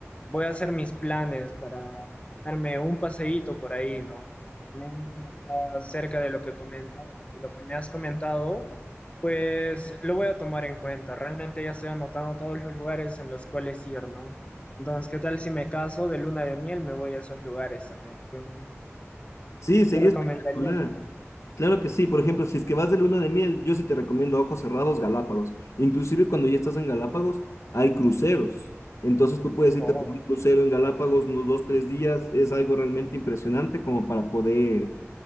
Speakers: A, on the left; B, on the left.
A: voy a hacer mis planes para darme un paseíto por ahí, ¿no? también como está cerca de lo que comenta, de lo que me has comentado, pues lo voy a tomar en cuenta. Realmente ya estoy anotando todos los lugares en los cuales ir, ¿no? Entonces, ¿qué tal si me caso de luna de miel? Me voy a esos lugares también. Fue muy-
B: Sí, sería
A: ¿Me recomendarías
B: espectacular.
A: eso?
B: Claro que sí. Por ejemplo, si es que vas de luna de miel, yo sí te recomiendo a ojos cerrados, Galápagos. Inclusive cuando ya estás en Galápagos, hay cruceros. Entonces tú puedes irte
A: Oh,
B: por un crucero en Galápagos unos dos, tres días. Es algo realmente impresionante como para poder